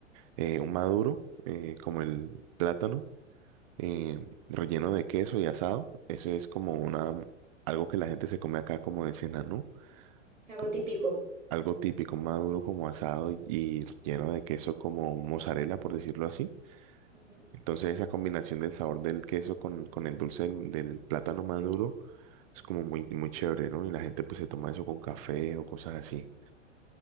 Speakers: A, on the right (about 30°); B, on the right (about 80°).
A: eh, un maduro, eh, como el plátano, eh, relleno de queso y asado. Eso es como una, algo que la gente se come acá como de cena, ¿no?
B: Algo
A: Como
B: típico.
A: algo típico, un maduro como asado y, y lleno de queso como mozzarella, por decirlo así.
B: Ujú.
A: Entonces esa combinación del sabor del queso con, con el dulce del, del plátano maduro es como muy, muy chévere, ¿no? Y la gente pues se toma eso con café o cosas así.